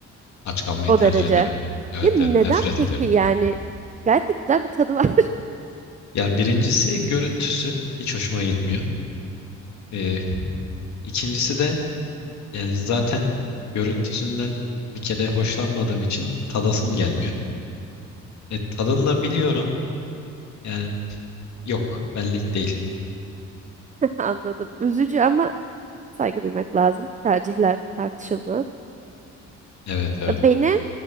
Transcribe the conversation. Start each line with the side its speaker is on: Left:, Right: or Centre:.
Left: Aç
Right: <laughs>
Left: kalmayı
Right: O
Left: tercih
Right: derece.
Left: ederim yani. Evet
Right: Ya neden
Left: evet nefret
Right: peki
Left: ediyorum.
Right: yani? Gayet de güzel bir tadı var.
Left: Yani birincisi görüntüsü hiç hoşuma gitmiyor. Ee, ikincisi de yani zaten görüntüsünden bir kere hoşlanmadığım için tadasım gelmiyor. E, tadını da biliyorum. Yani yok benlik değil.
Right: <laughs> Anladım. Üzücü ama Saygı duymak lazım. Tercihler tartışılmaz.
Left: Evet evet.
Right: E, Beni,